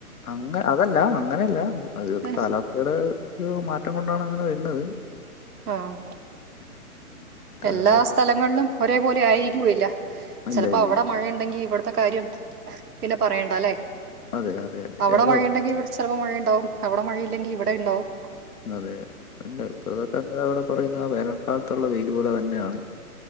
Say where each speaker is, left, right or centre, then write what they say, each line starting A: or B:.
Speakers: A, on the left; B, on the right.
A: അങ്ങെ അതല്ല അങ്ങനെയല്ല അതൊക്കെ
B: ഏഹ്.
A: കാലാവസ്ഥയുടെ ഒരു മാറ്റം കൊണ്ടാണ് അങ്ങനെ വരുന്നത്.
B: ആഹ്
A: കാരണം
B: എല്ലാ സ്ഥലങ്ങളിലും ഒരേപോലെ ആയിരിക്കുകില്ല ചിലപ്പോ
A: ഇല്ല ഇല്ല
B: അവിടെ
A: ഇല്ല.
B: മഴയുണ്ടെങ്കി ഇവിടത്തെ കാര്യം പിന്നെ പറയണ്ടാ ല്ലേ
A: അതെ അതെ അതെ
B: അവിടെ
A: അതോ
B: മഴയുണ്ടെങ്കി ഇവിടെ ചിലപ്പോ മഴയുണ്ടാവും അവടെ മഴയില്ലെങ്കി ഇവിടെ ഇണ്ടാവും
A: അതെ അല്ല ഇപ്പം ഇതൊക്കെ എന്തിനാ ഇവിടെ പറയുന്ന ആ വേനൽക്കാലത്തുള്ള വെയില് പോലെ തന്നെയാണ്